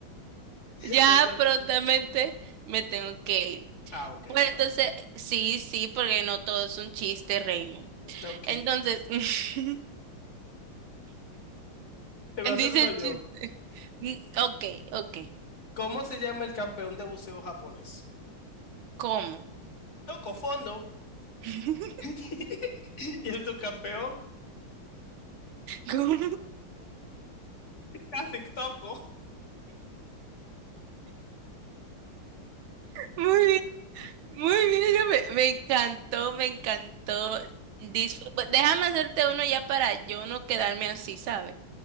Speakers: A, on the right (about 80°); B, on the left (about 40°).
A: Ya
B: Entonces,
A: prontamente me tengo que ir.
B: ah, ok, está
A: Bueno, entonces,
B: bien.
A: sí, sí, porque no todo es un chiste, Raymond.
B: Ok.
A: Entonces, <laughs> dice
B: Te voy
A: el
B: a hacer uno yo.
A: chiste. Mm, Ok, ok.
B: ¿Cómo se llama el campeón de buceo japonés?
A: ¿Cómo?
B: Toco fondo.
A: <laughs>
B: <laughs> Y el subcampeón
A: ¿Cómo?
B: casi toco.
A: Muy bien, muy bien, yo me, me encantó, me encantó. Disfr- bu- Déjame hacerte uno ya para yo no quedarme así, ¿sabes?